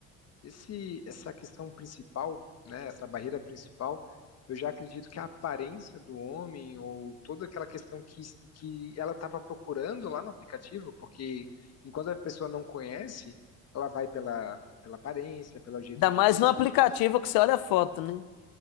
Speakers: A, on the left; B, on the left.
A: Esse, essa questão principal, né, essa barreira principal, eu já acredito que a aparência do homem ou toda aquela questão que, que ela estava procurando lá no aplicativo, porque enquanto a pessoa não conhece, ela vai pela, pela aparência, pelo jeito
B: Ainda
A: de
B: mais
A: vestir.
B: no aplicativo que você olha a foto, né?